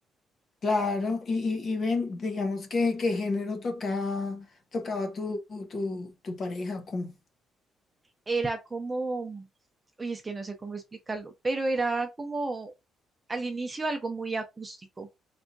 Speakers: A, on the left; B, on the right.
A: Claro, y, y, y ven, digamos que qué género tocaba, tocaba tu, tu, tu pareja, cómo
B: era como, uy, es que no sé cómo explicarlo, pero era como al inicio algo muy acústico,